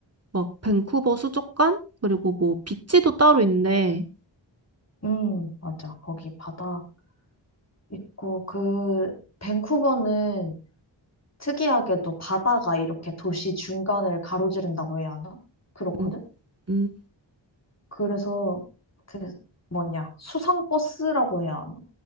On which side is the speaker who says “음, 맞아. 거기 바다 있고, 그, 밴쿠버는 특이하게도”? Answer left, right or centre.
Left